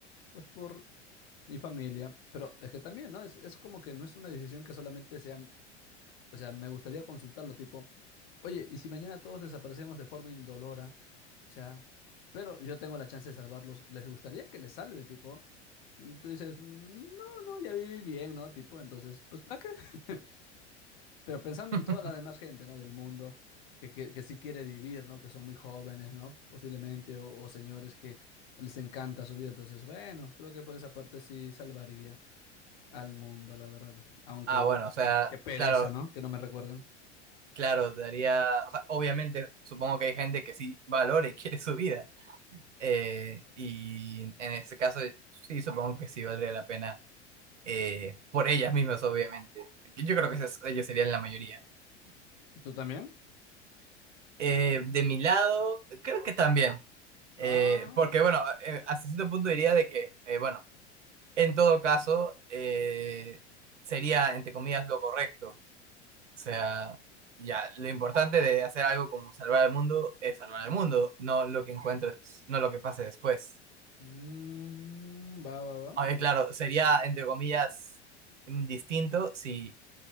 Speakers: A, on the left; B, on the right.
A: pues, por mi familia. Pero es que también, ¿no? Es, es como que no es una decisión que solamente sea, o sea, me gustaría consultarlo, tipo, oye, ¿y si mañana todos desaparecemos de forma indolora? O sea, pero yo tengo la chance de salvarlos. ¿Les gustaría que les salve, tipo? Y tú dices, "Mm, no, no, ya viví bien, ¿no? Tipo, entonces, pues, ¿para qué? <laughs> Pero pensando
B: <laughs>
A: en toda la demás gente, ¿no? Del mundo, que, que, que sí quiere vivir, ¿no? Que son muy jóvenes, ¿no? Posiblemente, o, o señores que les encanta su vida. Entonces, bueno, creo que por esa parte sí salvaría al mundo, la verdad. Aunque,
B: Ah, bueno,
A: bueno,
B: o sea,
A: qué, qué pereza,
B: claro,
A: ¿no? Que no me recuerdan.
B: Claro, daría, o sea, obviamente supongo que hay gente que sí valora y <laughs> quiere su vida. eh, y en ese caso, sí, supongo que sí valdría la pena eh, por ellas mismas, obviamente. Yo creo que esas- ellos serían la mayoría.
A: ¿Tú también?
B: Eh, de mi lado, creo que también.
A: Ah,
B: eh, porque bueno, eh, hasta cierto punto diría de que, eh, bueno, en todo caso, eh, sería, entre comillas, lo correcto. O sea, ya, lo importante de hacer algo como salvar el mundo es salvar el mundo, no lo que encuentres, no lo que pase después.
A: mm, va, va, va.
B: Aunque claro, sería, entre comillas, distinto si